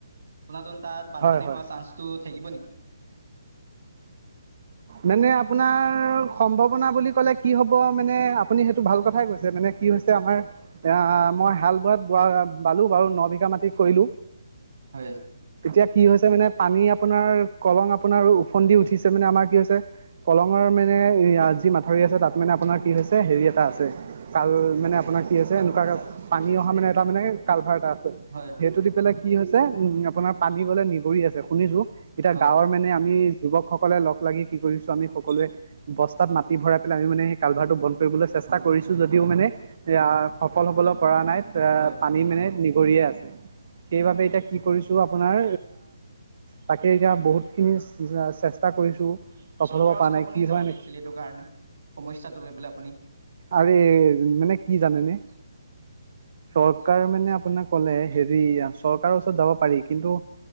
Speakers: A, on the right (about 70°); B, on the right (about 50°).
A: পুনাতুন তাত বানপানী
B: হয় হয়।
A: হোৱা চান্সটো থাকিব নেকি?
B: মানে আপোনাৰ সম্ভাৱনা বুলি ক'লে কি হ'ব মানে আপুনি সেইটো ভাল কথাই কৈছে মানে কি হৈছে আমাৰ। এয়া মই হাল বোৱাত বোৱা বালো বাৰু ন বিঘা মাটি কৰিলো।
A: হয়।
B: তেতিয়া কি হৈছে, মানে পানী আপোনাৰ কলং আপোনাৰ ওফন্দি উঠিছে মানে আমাৰ কি হৈছে। কলঙৰ মানে যি মাঠৰি আছে। তাত মানে আপোনাৰ কি হৈছে। হেৰি এটা আছে। কাল মানে আপোনাৰ কি আছে।
A: কালভাৰ
B: এনেকুৱা
A: এটা
B: পানী অহা মানে এটা মানে কালভাৰ এটা
A: হয় হয়
B: সেইটো
A: হয়
B: দি পেলাই কি হৈছে। উম, আপোনাৰ পানী হলে নিগৰি আছে শুনিছো। এতিয়া
A: হয়
B: গাঁৱৰ মানে আমি যুৱকসকলে লগ লাগি কি কৰিছো। আমি সকলোৱে বস্তাত মাটি ভৰাই পেলাই আমি মানে সেই কালভাৰটো বন্ধ কৰিবলৈ চেষ্টা
A: হয়
B: কৰিছো। যদিও
A: হয়
B: মানে এয়া সফল হবলৈ পৰা নাই। <unintelligible>
A: হয়
B: পানী
A: হয়
B: মানে নিগৰিয়ে আছে। সেইবাবে
A: হয়
B: এতিয়া কি কৰিছো। আপোনাৰ তাকে এতিয়া বহুতখিনি চেষ্টা কৰিছো। সফল
A: চৰকাৰ
B: হ'ব পৰা
A: ওচৰত
B: নাই
A: আপুনি
B: কি
A: যাব
B: হয় নেকি।
A: লাগিছিল। এইটো কাৰণে সমস্যাটো লৈ পেলাই আপুনি।
B: আৰে মানে কি জানেনে? চৰকাৰ মানে আপোনাক কলে হেৰি চৰকাৰ ওচৰত যাব পাৰি। কিন্তু